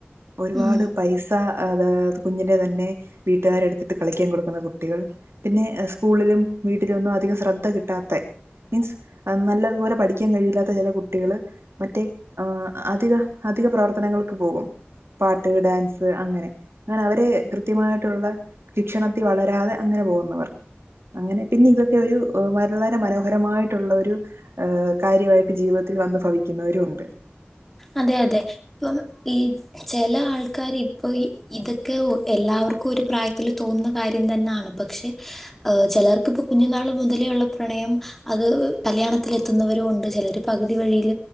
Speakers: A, on the right; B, in the centre.
A: ഒരുപാട്
B: ഉം
A: പൈസ അത് കുഞ്ഞിൻ്റെ തന്നെ വീട്ടുകാരെടുത്തിട്ട് കളിക്കാൻ കൊടുക്കുന്ന കുട്ടികൾ പിന്നെ സ്കൂളിലും വീട്ടിലു ഒന്നും അധികം ശ്രദ്ധ കിട്ടാത്തെ മീൻസ് നല്ലതുപോലെ പഠിക്കാൻ കഴിവില്ലാത്ത ചെല കുട്ടികള് മറ്റേ ഏ അധിക അധിക പ്രവർത്തനങ്ങൾക്ക് പോകും. പാട്ട് ഡാൻസ് അങ്ങനെ. അങ്ങനെ അവരെ കൃത്യമായിട്ടുള്ള ശിക്ഷണത്തിൽ വളരാതെ അങ്ങനെ പോകുന്നവർ അങ്ങനെ പിന്നെ ഇതൊക്കെ ഒരു വളരെ മനോഹരമായിട്ടുള്ള ഒരു കാര്യമായിട്ട് ജീവിത ത്തിൽ വന്ന് ഭവിക്കുന്നവരുണ്ട്.
B: അതെ അതെ. ഇപ്പം ഈ ചെല ആൾക്കാർ ഇപ്പം ഈ ഇതൊക്കെ ഒ എല്ലാവർക്കും ഒരു പ്രായത്തിൽ തോന്നുന്ന കാര്യം തന്നാണ്. പക്ഷേ ചെലർക്ക്പ്പോ കുഞ്ഞു നാള് മൊതല് ല്ള്ള പ്രണയം അത് കല്യാണത്തിൽ എത്തുന്നവരും ഉണ്ട്. ചെലര് പകുതി വഴിയിൽ